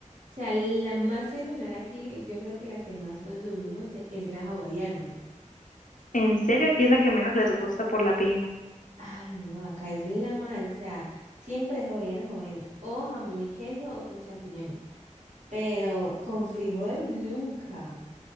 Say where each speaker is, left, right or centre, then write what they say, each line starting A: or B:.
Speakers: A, on the right (about 65°); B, on the left (about 80°).
A: O sea, la más tradicional aquí, yo creo que la que más consumimos e- es la hawaiana.
B: En serio, aquí es la que menos les gusta por la piña.
A: Ay, no, acá es la más, o sea, siempre es hawaiana, hawaiana, o jamón y queso o con champiñones, pero con frijol nunca.